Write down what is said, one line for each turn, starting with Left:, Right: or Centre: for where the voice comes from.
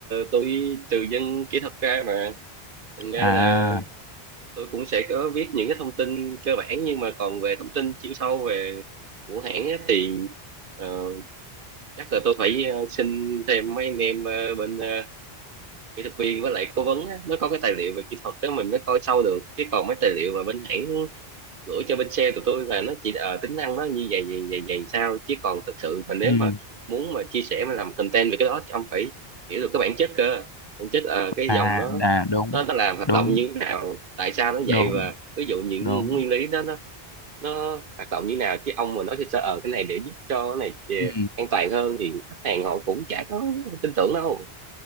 Right: tôi từ dân kỹ thuật ra mà thành ra
Left: à
Right: là tôi cũng sẽ có biết những cái thông tin cơ bản nhưng mà còn về thông tin chuyên sâu về của hãng á, thì ờ, chắc là tôi phải ờ, xin thêm mấy anh em ờ, bên ờ, kỹ thuật viên với lại cố vấn á, nó có cái tài liệu về kỹ thuật đó mình mới coi sâu được chứ còn mấy tài liệu mà bên hãng gửi cho bên sale tụi tôi là nó chỉ ờ, tính năng nó như vậy vậy vậy vậy sao chứ còn thực sự mà nếu
Left: ừ
Right: mà muốn mà chia sẻ mà làm content về cái đó thì ông phải hiểu được cái bản chất cơ bản chất ờ, cái
Left: à
Right: dòng nó
Left: à đúng
Right: nó nó làm hoạt
Left: đúng
Right: động như thế nào tại sao nó
Left: đúng
Right: vậy và ví dụ những
Left: đúng
Right: nguyên lý đó nó nó hoạt động như nào chứ ông mà nói sơ sơ ờ cái này để giúp cho cái này
Left: ừ
Right: ờ, an toàn hơn thì khách hàng họ cũng chả có tin tưởng đâu